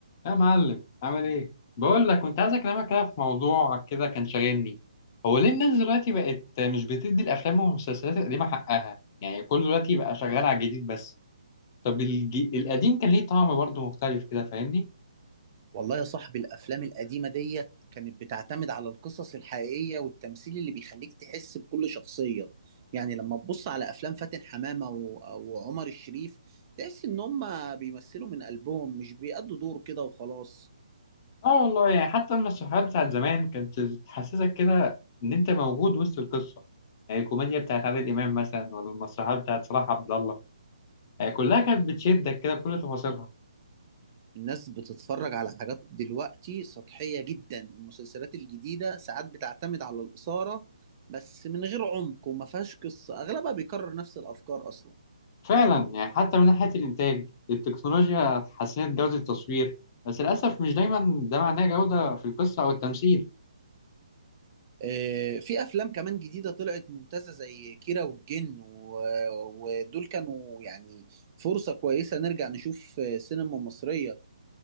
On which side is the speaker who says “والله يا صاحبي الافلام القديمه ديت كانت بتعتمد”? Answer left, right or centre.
Right